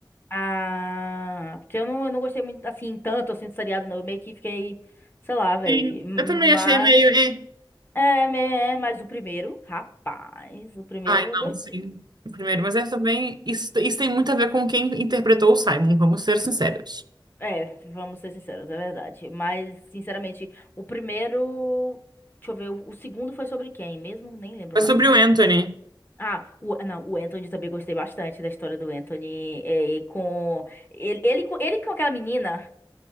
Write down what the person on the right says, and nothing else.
Sim,
eu também achei meio. eh.
Ai,
não,
sim. O Primeiro, mas é também. Isso, isso tem muito a ver com quem interpretou o Simon, vamos ser sinceros.
Mas
sobre o Anthony,